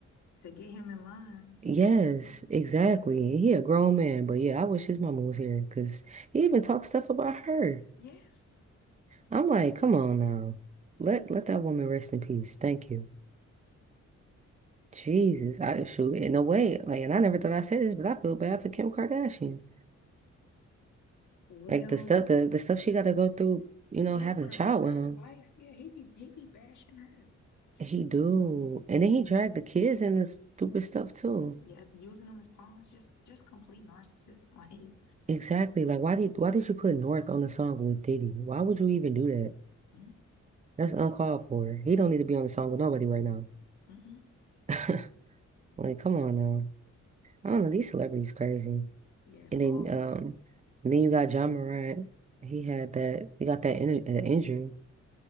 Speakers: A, on the left (about 85°); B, on the right (about 25°).
A: to get him in line, seriously.
B: Yes, exactly. He a grown man, but yeah, I wish his mama was here because he even talks stuff about her.
A: Yes.
B: I'm like, come on now. Let let that woman rest in peace. Thank you. Jesus, I shoot in a way, like, and I never thought I said this, but I feel bad for Kim Kardashian.
A: Well,
B: Like the stuff the, the stuff she gotta go through, you know,
A: yeah,
B: having
A: for
B: a
A: the
B: child
A: rest of
B: with
A: her
B: him.
A: life, yeah, he be he be bashing her.
B: He do.
A: You know,
B: And then he
A: he
B: dragged
A: really do.
B: the kids in this stupid stuff too.
A: Mm, yes, using them as pawns, just just complete narcissists. <laughs> Like,
B: Exactly. Like why did
A: mm,
B: why did you put North on the song with Diddy? Why would you even do that?
A: mm, mm,
B: That's uncalled for. He don't need to be on the song with nobody right now.
A: mm.
B: <laughs> Like, come on now. I don't know, these celebrities crazy.
A: yes,
B: And then
A: all
B: um
A: of them.
B: and then you got John Morant. He had that he got that in, uh, injury.